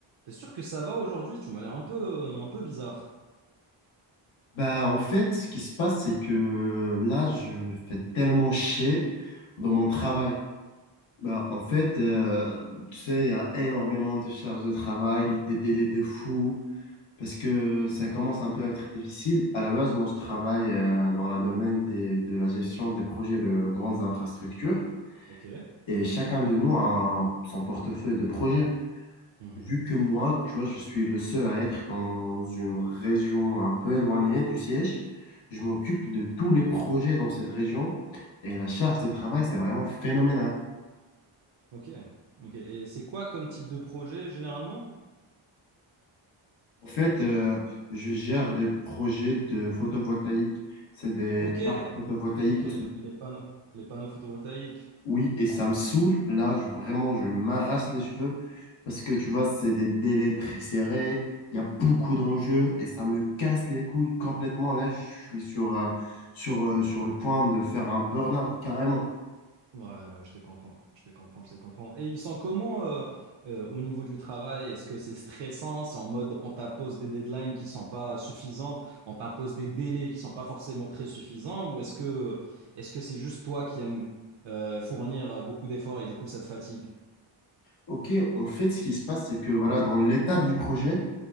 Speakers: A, on the right; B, on the left.
A: T'es sûr que ça va aujourd'hui? Tu m'as l'air un peu, un peu bizarre.
B: Bah, en fait, ce qui se passe, c'est que là, je me fais tellement chier dans mon travail. Bah, en fait, euh, tu sais, il y a énormément de charges de travail, des délais de fou, parce que ça commence un peu à être difficile. À la base, moi, je travaille euh, dans la domaine des- de la gestion des projets de grandes infrastructures,
A: Ok.
B: et chacun de nous a un- son portefeuille de projets.
A: Mhm.
B: Vu que moi, tu vois, je suis le seul à être dans une région un peu éloignée du siège, je m'occupe de tous les projets dans cette région et la charge de travail, c'est vraiment phénoménal.
A: Ok. Ok. Et c'est quoi comme type de projet généralement?
B: En fait, euh, je gère des projets de photovoltaïque. C'est des
A: Ok.
B: parcs photovoltaïques
A: Ok. Les panneaux, les panneaux photovoltaïques.
B: Oui, et ça me saoule. Là, je- vraiment, je m'arrache les cheveux parce que tu vois, c'est des délais très serrés. Il y a beaucoup d'enjeux et ça me casse les couilles complètement. Là, je suis sur, euh, sur, euh, sur le point de faire un burn-out carrément.
A: Ouais, ouais, je te comprends. Je te comprends. Je te comprends. Et ils sont comment euh, euh, au niveau du travail? Est-ce que c'est stressant? C'est en mode on t'impose des deadlines qui sont pas suffisantes, on t'impose des délais qui sont pas forcément très suffisants, ou est-ce que est-ce que c'est juste toi qui aimes euh, fournir beaucoup d'efforts et du coup ça te fatigue?
B: OK, en fait, ce qui se passe, c'est que voilà, dans l'étape du projet,